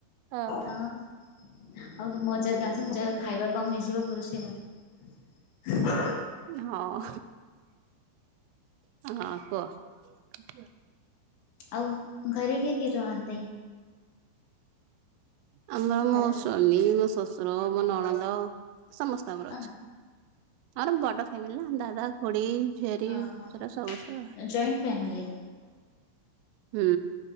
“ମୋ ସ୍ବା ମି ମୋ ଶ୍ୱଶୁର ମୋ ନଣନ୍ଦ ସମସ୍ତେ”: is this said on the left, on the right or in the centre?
Right